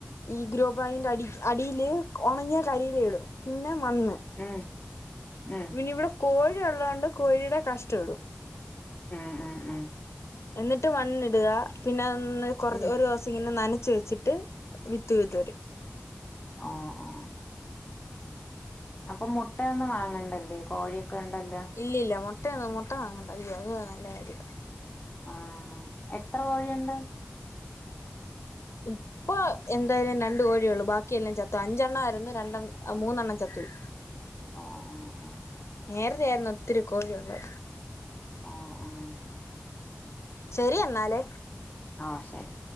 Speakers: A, on the left; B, on the left.
A: ഈ ഗ്രോ ബാഗിന്റെ അടി അടിൽ ഉണങ്ങിയ കരിയില ഇടും പിന്നെ മണ്
B: ഉം ഉം
A: ഇവിടെ കോഴി ഉള്ളോണ്ട് കോഴിയുടെ കാഷ്ടം ഇടും
B: ഉം ഉം ഉം
A: എന്നിട്ട് മണ്ണിടുക പിന്നെന്ന് കൊർ
B: ഉം
A: ഒരു ദിവസം ഇങ്ങനെ നനച്ച് വെച്ചിട്ട് വിത്ത് വിതറി
B: ആഹ് ആഹ് അപ്പൊ മുട്ടൊന്നും വാങ്ങണ്ടല്ലേ കോഴിയൊക്കെ ഉണ്ടല്ലോ?
A: ഇല്ലല്ല മുട്ടന്നും മുട്ട വാങ്ങണ്ട അയ്യോ അത് നല്ല കാര്യാണ്
B: ആഹ് എത്ര കോഴിയുണ്ട്?
A: ഇപ്പൊ എന്തായാലും രണ്ട് കോഴിയെള്ളു ബാക്കിയെല്ലാം ചത്തു അഞ്ചെണ്ണായിരുന്നു രണ്ടെണ്ണം മൂന്നെണ്ണം ചത്തു പോയി
B: <unintelligible>
A: നേരെത്തെ ആയിരുന്നു ഒത്തിരി കോഴിയുള്ളെ
B: ആഹ് ആഹ്
A: ശെരി എന്നാല്
B: ആഹ് ശെരി